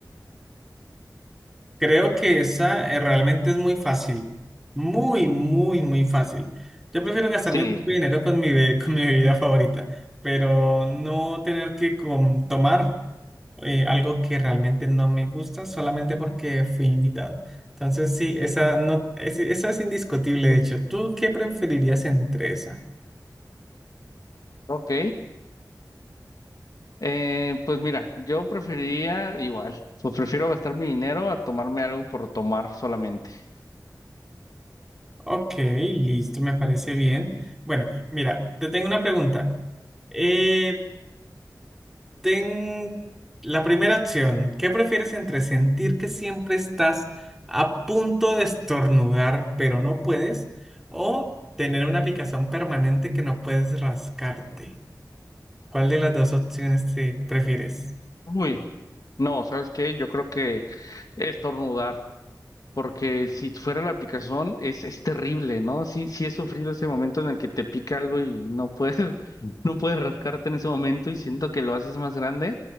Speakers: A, in the centre; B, on the left.
A: Creo que esa eh, realmente es muy fácil. Muy, muy, muy fácil. Yo prefiero gastarme
B: Sí,
A: mi propio dinero con mi, be- con mi bebida favorita, pero no tener que com- tomar eh, algo que realmente no me gusta solamente porque fui invitado. Entonces, sí, esa, no, es- esa es indiscutible, de hecho. ¿Tú qué preferirías entre esa?
B: ok. Eh, pues mira, yo preferiría igual, pues prefiero gastar mi dinero a tomarme algo por tomar solamente.
A: Ok, listo, me parece bien. Bueno, mira, te tengo una pregunta. Eh, Ten la primera opción. ¿Qué prefieres entre sentir que siempre estás a punto de estornudar, pero no puedes, o tener una picazón permanente que no puedes rascarte? ¿Cuál de las dos opciones te prefieres?
B: Uy, no, ¿sabes qué? Yo creo que estornudar. Porque si fuera la aplicación es, es terrible, ¿no? Sí, sí he sufrido ese momento en el que te pica algo y no puedes, <laughs> no puedes rascarte en ese momento y siento que lo haces más grande,